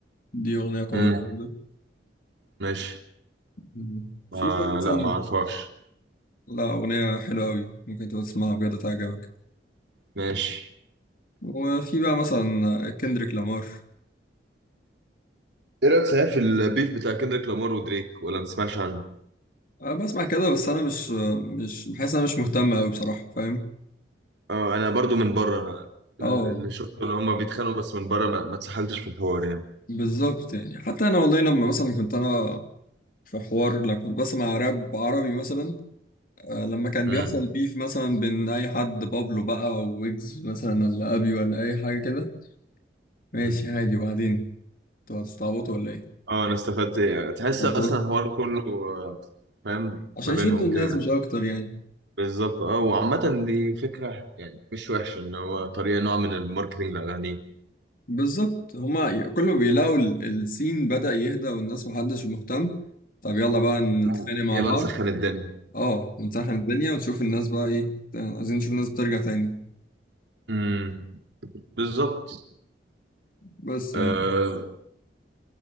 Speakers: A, on the left; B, on the right.
A: دي اغنية قوية
B: امم
A: برضو
B: ماشي
A: أمم. في
B: آه
A: بقى مثلا
B: لا ما اعرفهاش
A: لا اغنية حلوة قوي ممكن تبقى تسمعها بجد تعجبك
B: ماشي
A: وفي بقى مثلا كندريك لامار
B: ايه رايك صحيح في البيف بتاع كندريك لامار ودريك ولا ما تسمعش عنه
A: انا بسمع كده بس انا مش مش بحس إن انا مش مهتم قوي بصراحة فاهم
B: اه انا برضو من بره انا اللي
A: اه
B: اللي شفته ان هما بيتخانقوا بس من بره ما, ما اتسحلتش في الحوار يعني
A: بالظبط يعني حتى انا والله لما مثلا كنت انا في حوار لما كنت بسمع راب عربي مثلا آه، لما كان
B: امم
A: بيحصل بيف مثلا بين اي حد بابلو بقى او ويجز مثلا ولا ابي ولا اي حاجه كده ماشي
B: أمم.
A: عادي وبعدين انتوا هتستعبطوا ولا ايه
B: اه انا استفدت إيه، تحس
A: بالظبط
B: اصلا الحوار كله آه، فاهم
A: عشان
B: ما بينهم
A: يشدوا الناس
B: كده
A: مش اكتر يعني
B: بالظبط اه وعامة دي فكرة يعني مش وحشة ان هو طريقة نوع من الماركتينج للأغاني
A: بالظبط هما ي- كل ما بيلاقوا ال- السين بدأ يهدى والناس محدش مهتم طب يلا بقى نتخانق
B: أمم.
A: مع
B: يلا
A: بعض
B: نسخن الدنيا
A: اه ونسخن الدنيا ونشوف الناس بقى ايه عايزين نشوف الناس بترجع تاني
B: امم بالظبط
A: بس
B: آه
A: يعني